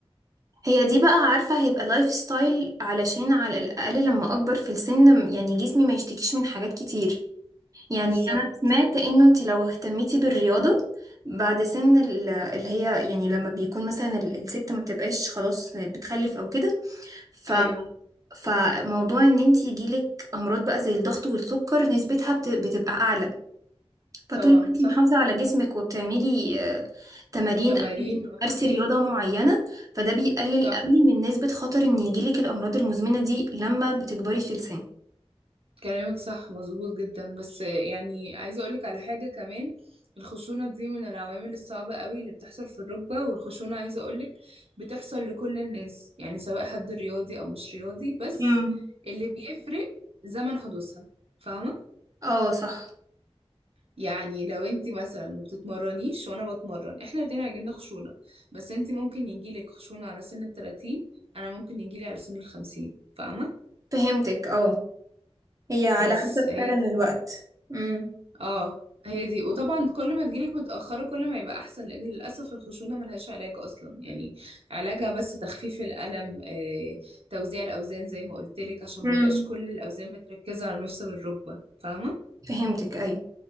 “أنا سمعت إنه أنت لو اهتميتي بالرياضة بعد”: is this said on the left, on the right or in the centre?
Right